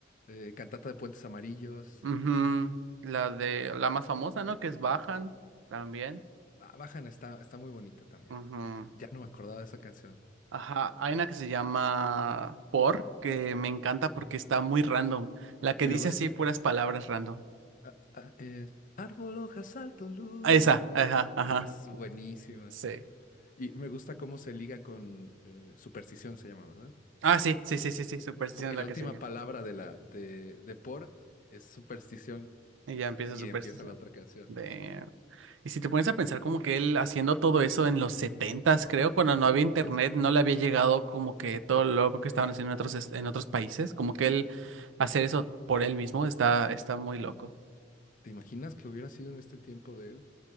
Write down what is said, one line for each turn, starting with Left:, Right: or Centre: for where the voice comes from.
Left: eh, Cantata de Puentes Amarillos.
Right: Ujú, La de la más famosa, ¿no? Que es Bajan también.
Left: Ah, Bajan está, está muy bonita también.
Right: Ujú.
Left: Ya no me acordaba de esa canción.
Right: Ajá, hay una que se llama Por, que me encanta porque está muy random. La que
Left: Y
Right: dice
Left: luego s-
Right: así puras palabras random.
Left: ah, ah, es Árbol, hojas, alto, luz.
Right: Ah, Esa, ajá, ajá.
Left: Ah, es buenísima.
Right: Sí.
Left: Y me gusta cómo se liga con eh, superstición, se llama, ¿verdad?
Right: Ah, sí, sí, sí, sí, sí, Superstición
Left: Porque
Right: es la
Left: la
Right: que
Left: última
Right: sigue.
Left: palabra de la de, de por es superstición
Right: Y ya empieza
Left: y
Right: Superstición.
Left: empieza la otra canción.
Right: De... Y si te pones a pensar como que él haciendo todo eso en los setentas, creo, cuando no había internet, no le había llegado como que todo lo loco que estaban haciendo en otros, es- en otros países, como que él hacer eso por él mismo está, está muy loco.
Left: ¿Te imaginas que hubiera sido en este tiempo de él?